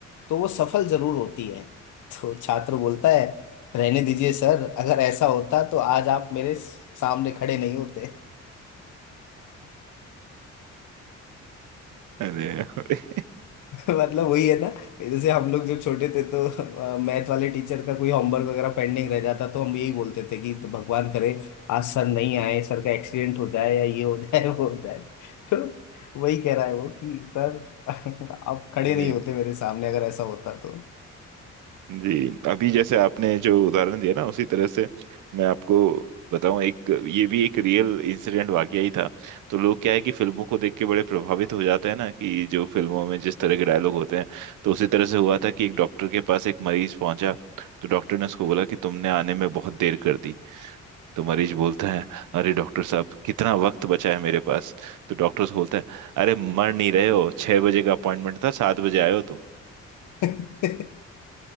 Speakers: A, on the left; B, on the right.
A: तो वो सफल जरूर होती है तो छात्र बोलता है रहने दीजिए सर अगर ऐसा होता तो आज आप मेरे सामने खड़े नहीं होते
B: अरे अरे।
A: मतलब वही है ना जैसे हम लोग जब छोटे थे तो मैथ वाले टीचर का कोई होमवर्क वगैरह पेंडिंग रह जाता तो हम यही बोलते थे कि तो भगवान करे आज सर नहीं आए सर का एक्सीडेंट हो जाए या ये हो जाए <laughs> वो हो जाए तो वही कह रहा है वो कि सर <laughs> आप खड़े
B: जी
A: नहीं होते मेरे सामने अगर ऐसा होता तो
B: जी अभी जैसे आपने जो उदाहरण दिया ना उसी तरह से मैं आपको बताऊं एक ये भी एक रियल इंसिडेंट वाकया ही था तो लोग क्या है कि फिल्मों को देख के बड़े प्रभावित हो जाते हैं ना कि जो फिल्मों में जिस तरह के डायलॉग होते हैं तो उसी तरह से हुआ था कि एक डॉक्टर के पास एक मरीज पहुंचा तो डॉक्टर ने उसको बोला कि तुमने आने में बहुत देर कर दी तो मरीज बोलता है अरे डॉक्टर साहब कितना वक्त बचा है मेरे पास तो डॉक्टर से बोलता है अरे मर नहीं रहे हो छह बजे का अपॉइंटमेंट था सात बजे आए हो तुम
A: <laughs>